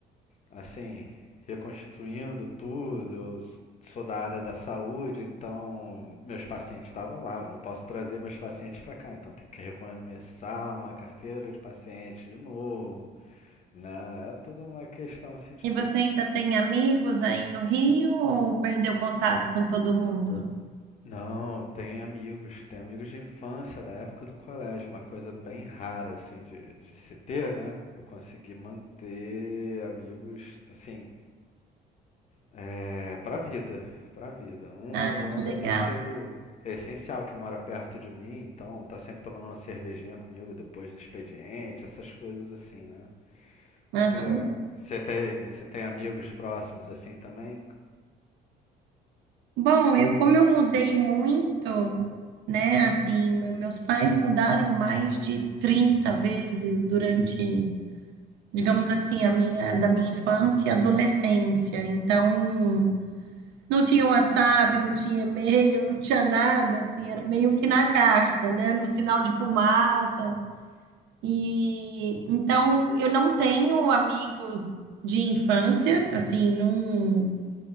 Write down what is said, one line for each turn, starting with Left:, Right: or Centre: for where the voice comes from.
Left: assim, reconstituindo tudo. Eu s- sou da área da saúde, então meus pacientes estavam lá. Eu não posso trazer meus pacientes para cá, então tem que recomeçar uma carteira de pacientes de novo, né? É tudo uma questão assim de
Right: E você ainda tem amigos aí no Rio ou perdeu contato com todo mundo?
Left: Não, tem amigos, tem amigos de infância, da época do colégio, uma coisa bem rara, assim, de, de se ter, né? Eu consegui manter amigos, assim, é, pra vida, pra vida. Um
Right: Ai,
Left: agora
Right: que legal.
Left: tem sido essencial, que mora perto de mim, então tá sempre tomando uma cervejinha comigo depois do expediente, essas coisas assim, né? Muito
Right: Aham.
Left: legal. Você tem, você tem amigos próximos assim também?
Right: Bom, eu como eu mudei muito, né? Assim, me- meus pais mudaram mais de 30 vezes durante, digamos assim, a minha da minha infância e adolescência. Então, não tinha WhatsApp, não tinha e-mail, <laughs> não tinha nada, assim, era meio que na carta, né? No sinal de fumaça. E então eu não tenho amigos de infância, assim, não